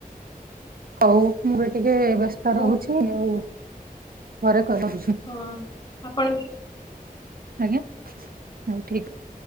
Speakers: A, on the right; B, on the left.
A: ହଉ ମୁଁ ବି ଟିକେ ବ୍ୟସ୍ତ
B: ମୁଁ
A: ରହୁଛି ଆଉ ପରେ କରୁଛି।
B: ହଁ। ଆପଣ
A: ଆଜ୍ଞା। ହଉ ଠିକ୍ ଅଛି।